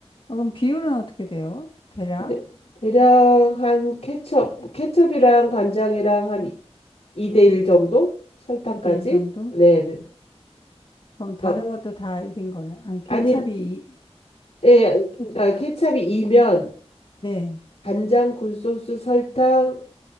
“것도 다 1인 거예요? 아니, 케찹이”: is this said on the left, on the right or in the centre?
Left